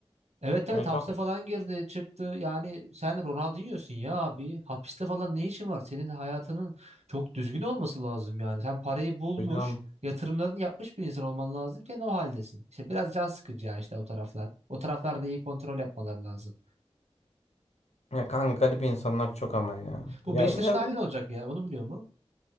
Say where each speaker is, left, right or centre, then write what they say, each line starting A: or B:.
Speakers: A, on the right; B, on the left.
A: Evet evet
B: En
A: hapse
B: son.
A: falan girdi çıktı. Yani sen Ronaldinho'sun ya abi. Hapiste falan ne işin var? Senin hayatının çok düzgün olması lazım yani. Sen parayı bulmuş,
B: Hocam.
A: yatırımlarını yapmış bir insan olman lazımken o haldesin. İşte biraz can sıkıcı ya işte o taraflar. O taraflarda iyi kontrol yapmaları lazım.
B: Ya kanka garip insanlar çok ama ya.
A: Bu
B: Ya
A: Beşiktaş'ın
B: biraz
A: hali ne olacak ya? Onu biliyor mu?